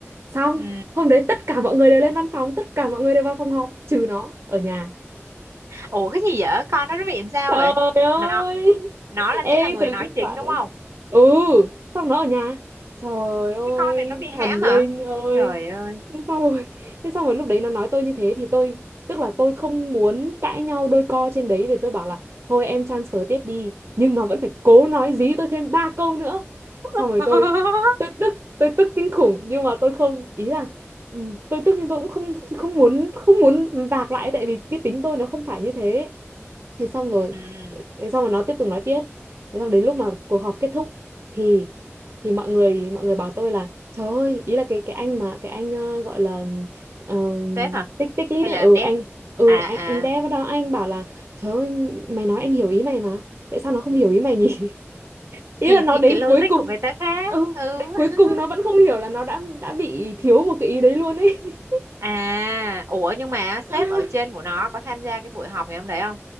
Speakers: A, on the right; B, on the right.
A: Xong,
B: ừ
A: hôm đấy tất cả mọi người đều lên văn phòng, tất cả mọi người đều vào phòng họp trừ nó ở nhà.
B: ủa cái gì vậy con nó nó bị làm sao
A: trời
B: vậy
A: ơi
B: nó nó là
A: ê
B: sẽ là người
A: từ
B: nói
A: kết
B: chính
A: quả
B: đúng
A: đấy
B: không
A: ừ xong nó ở nhà trời ơi
B: cái con này nó bị
A: thần
B: hãm
A: linh
B: hả
A: ơi
B: trời ơi
A: thế xong rồi thế xong rồi lúc đấy nó nói tôi như thế thì tôi tức là tôi không muốn cãi nhau đôi co trên đấy vì tôi bảo là thôi em transfer tiếp đi nhưng nó vẫn phải cố nói dí tôi thêm ba câu nữa xong
B: <laughs>
A: rồi tôi tôi tức tôi tức kinh khủng nhưng mà tôi không ý là ừ, tôi tức nhưng tôi cũng không không muốn không muốn vạc lại tại vì cái tính tôi nó không phải như thế thế xong rồi
B: ừ
A: thế xong rồi nó tiếp tục nói tiếp thế xong đến lúc mà cuộc họp kết thúc thì thì mọi người mọi người bảo tôi là trời ơi ý là cái cái anh mà cái anh ờ, gọi là ờ,
B: sếp hả
A: tích tích lít
B: hay
A: ấy
B: là
A: ừ
B: làm dev
A: anh ừ
B: à
A: anh
B: à
A: anh dev đó anh bảo là trời ơi mày nói anh hiểu ý mày mà tại sao nó không hiểu ý mày nhỉ <laughs> ý
B: thì
A: là nó
B: thì
A: đến
B: cái logic
A: cuối cùng
B: của người ta khác
A: ừ
B: ừ
A: đến cuối
B: <laughs>
A: cùng nó vẫn không hiểu là nó đã đã bị thiếu một cái ý đấy luôn ấy
B: À, ủa nhưng mà sếp
A: <laughs>
B: ở trên của nó có tham gia cái buổi họp ngày hôm đấy không?